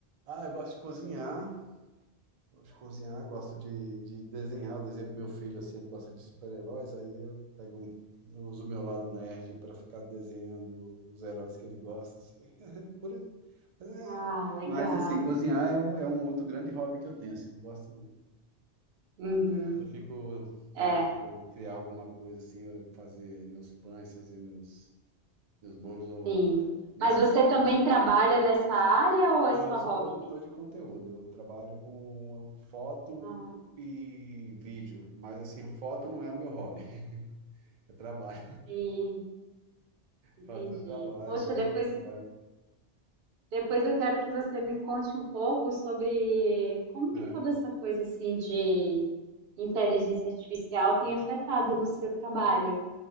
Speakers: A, on the right; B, on the right.
A: ah, eu gosto de cozinhar. Gosto de cozinhar, gosto de, de desenhar. Eu desenho pro meu filho, assim, ele gosta de super-heróis. Aí eu pego, um- eu uso o meu lado nerd para ficar desenhando os heróis que ele gosta, assim. <laughs> Por aí. Mas, é-
B: Ah, legal.
A: mas, assim, cozinhar é um, é um outro grande hobby que eu tenho, assim. Gosto
B: Uhum.
A: Eu fico tentando
B: É.
A: criar alguma coisa assim, eu fazer meus pães, fazer meus, meus bolos ou
B: Sim.
A: minhas.
B: Mas você também trabalha nessa área ou é
A: Não,
B: só
A: eu sou
B: hobby
A: produtor
B: mesmo?
A: de conteúdo, eu trabalho com foto
B: Ah,
A: e vídeo, mas assim, foto não é o meu hobby, <laughs> é trabalho.
B: sim, entendi.
A: Foto é trabalho,
B: Poxa,
A: vídeo
B: depois,
A: é trabalho.
B: depois eu quero que você me conte um pouco sobre como
A: É.
B: que toda essa coisa assim de inteligência artificial tem afetado no seu trabalho.